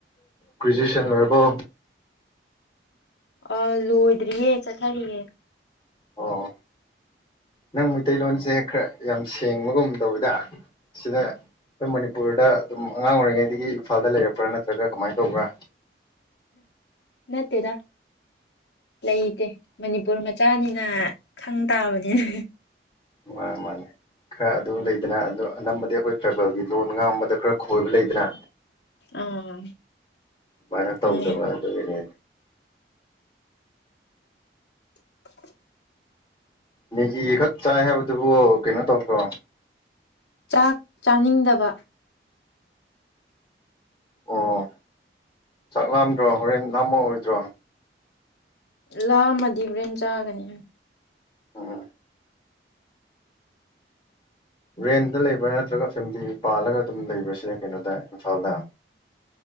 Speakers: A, on the left (about 25°); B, on the left (about 75°).
A: ꯒ꯭ꯔꯦꯖꯨꯑꯦꯁꯟ ꯂꯣꯏꯔꯕꯣ
B: ꯑ ꯂꯣꯏꯗ꯭ꯔꯤꯌꯦ ꯆꯠꯊꯔꯤꯌꯦ
A: ꯑꯣ ꯅꯪ ꯃꯩꯇꯩꯂꯣꯟꯁꯦ ꯈꯔ ꯌꯥꯝ ꯁꯦꯡꯕꯒꯨꯝ ꯇꯧꯋꯤꯗ ꯁꯤꯗ ꯑꯩꯈꯣꯏ ꯃꯅꯤꯄꯨꯔꯗ ꯑꯗꯨꯝ ꯑꯉꯥꯡ ꯑꯣꯏꯔꯤꯉꯩꯗꯒꯤ ꯏꯝꯐꯥꯜꯗ ꯂꯩꯔꯛꯄ꯭ꯔꯥ ꯅꯠꯇ꯭ꯔꯒ ꯀꯃꯥꯏꯅ ꯇꯧꯕ꯭ꯔꯥ
B: ꯅꯠꯇꯦꯗ ꯂꯩꯇꯦ ꯃꯅꯤꯄꯨꯔ ꯃꯆꯥꯅꯤꯅ ꯈꯪ ꯇꯥꯕꯅꯤꯅ
A: ꯃꯥꯅꯦ ꯃꯥꯅꯦ ꯈꯔ ꯑꯗꯨ ꯂꯩꯗꯅ ꯑꯗꯨ ꯑꯅꯝꯕꯗꯤ ꯑꯩꯈꯣꯏ ꯇ꯭ꯔꯥꯏꯕꯦꯜꯒꯤ ꯂꯣꯟ ꯉꯥꯡꯕꯗ ꯈꯔ ꯈꯣꯏꯕ ꯂꯩꯗꯅ
B: ꯑꯥ
A: ꯑꯗꯨꯃꯥꯏꯅ
B: ꯈꯪꯉꯦ
A: ꯇꯧꯗꯕ ꯑꯗꯨꯒꯤꯅꯦ
B: <inaudible>
A: ꯃꯦꯒꯤ ꯈꯥꯛ ꯆꯥꯏ ꯑꯗꯨꯕꯨ ꯀꯩꯅꯣ ꯇꯧꯕ꯭ꯔꯣ
B: ꯆꯥꯛ ꯆꯥꯅꯤꯡꯗꯕ
A: ꯑꯣ ꯆꯥꯛ ꯂꯥꯝꯗ꯭ꯔꯣ ꯍꯣꯔꯦꯟ ꯂꯥꯝꯃ ꯑꯣꯏꯗ꯭ꯔꯣ
B: ꯂꯥꯛꯑꯝꯃꯗꯤ ꯕꯔꯦꯟ ꯆꯥꯒꯅꯤ
A: ꯑ ꯔꯦꯟꯗ ꯂꯩꯕ꯭ꯔꯥ ꯅꯠꯇ꯭ꯔꯒ ꯐꯦꯃꯤꯂꯤ ꯄꯥꯜꯂꯒ ꯑꯗꯨꯝ ꯂꯩꯕ꯭ꯔꯁꯦ ꯀꯩꯅꯣꯗ ꯏꯝꯐꯥꯜꯗ